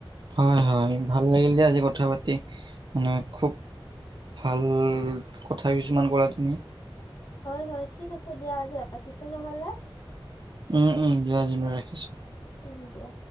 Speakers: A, on the right; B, on the left.
A: হয়, হয় ভাল লাগিল দিয়া আজি কথা পাতি মানে খুব ভাল কথা কিছুমান কলা তুমি।
B: হয়, হয় ঠিক আছে দিয়া আজি ৰাখিছো নহ'লে।
A: উম উম দিয়া আজিলৈ ৰাখিছো।
B: উম দিয়া।